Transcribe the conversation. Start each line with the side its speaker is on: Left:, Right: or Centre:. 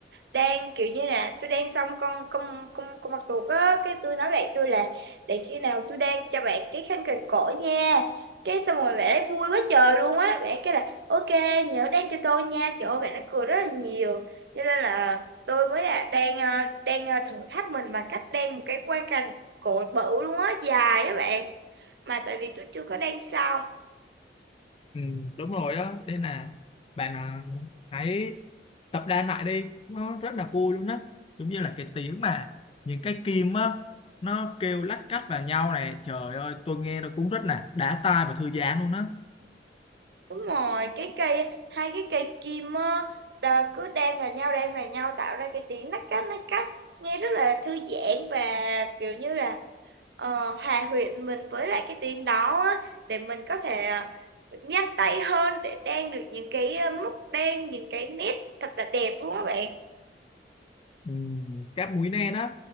Right: đang kiểu như là tôi đang xong con con con con mặt tuột á cái tôi nói bạn tôi là để khi nào tôi đang cho bạn cái khăn quàng cổ nha cái xong rồi bạn ấy vui quá trời luôn á bạn ấy kêu là ok nhớ đang cho tôi nha trời ơi bạn ấy cười rất là nhiều cho nên là tôi mới là đang ờ, đang ờ, thử thách mình bằng cách đang một cái quang cảnh cổ bự luôn á dài á bạn mà tại vì tôi chưa có đang xong
Left: Ừ, đúng rồi á nên là bạn à, hãy tập đan lại đi nó rất là vui luôn á giống như là cái tiếng mà những cái kim á nó kêu lách cách vào nhau này trời ơi tôi nghe nó cũng rất là đã tai và thư giãn luôn á
Right: Đúng rồi, cái cây hai cái cây kim á đờ- cứ đan vào nhau đan vào nhau tạo ra cái tiếng lách cách lách cách nghe rất là thư giãn và kiểu như là ờ, hòa quyện mình với lại cái tiếng đó á, để mình có thể ờ, nhanh tay hơn để đan được những cái ờ, móc đan những cái nét thật là đẹp luôn các bạn
Left: Ừ, các múi nen á